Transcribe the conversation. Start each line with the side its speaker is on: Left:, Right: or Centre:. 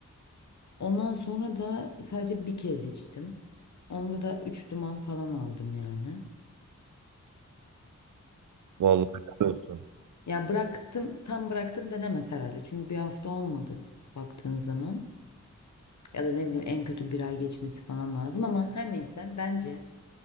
Left: Ondan sonra da sadece bir kez içtim. Onda da 3 duman falan aldım yani.
Right: Vallahi helal olsun.
Left: Ya bıraktım, tam bıraktım denemez herhalde. Çünkü bir hafta olmadı baktığın zaman. Ya da ne bileyim en kötü bir ay geçmesi falan lazım ama her neyse bence